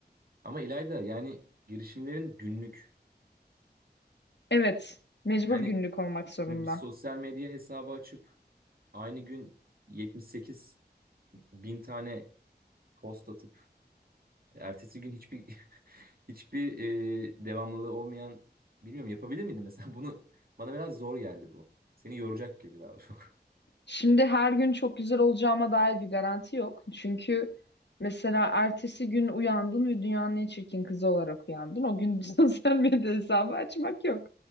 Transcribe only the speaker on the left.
Evet, mecbur
günlük olmak zorunda.
Şimdi her gün çok güzel olacağıma dair bir garanti yok. Çünkü mesela ertesi gün uyandın ve dünyanın en çirkin kızı olarak uyandın. O gün <laughs> sosyal medya hesabı açmak yok.